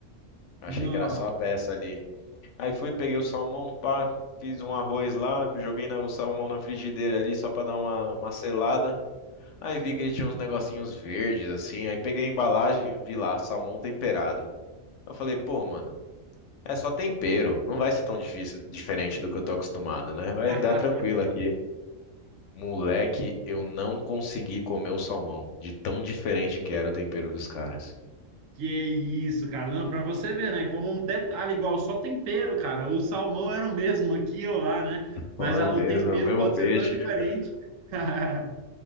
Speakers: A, on the left (about 70°); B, on the right (about 80°).
A: Achei
B: Não.
A: que era só a peça ali. Aí fui, peguei o salmão, pá, fiz um arroz lá, joguei na- o salmão na frigideira ali só pra dar uma, uma selada. Aí vi que ele tinha uns negocinhos verdes, assim, aí peguei a embalagem, vi lá, salmão temperado. Eu falei, pô, mano, é só tempero, não vai ser tão difícil, diferente do que eu tô acostumado, né? Vai
B: <laughs>
A: dar tranquilo aqui. Moleque, eu não consegui comer o salmão, de tão diferente que era o tempero dos caras.
B: Que isso, cara. Não, pra você ver, né? Como um detalhe igual, só tempero, cara. O salmão era o mesmo aqui ou lá, né?
A: Pô,
B: Mas
A: era
B: a-
A: o
B: o
A: mesmo,
B: tempero
A: é o mesmo
B: pode
A: peixe.
B: ser tão diferente.
A: <laughs>
B: <laughs>